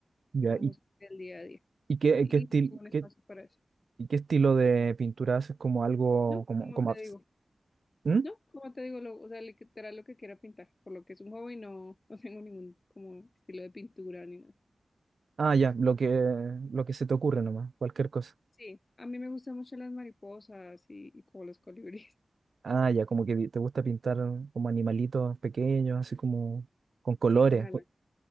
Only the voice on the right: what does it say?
Ya,
¿y,
y qué,
qué estil-
qué-
y qué estilo de pintura haces? Como algo,
como,
como
abs-
¿Mm?
Ah, ya, lo que, lo que se te ocurre nomás, cualquier cosa.
Ah, ya, como que di- te gusta pintar como animalitos pequeños, así como con colores,
co-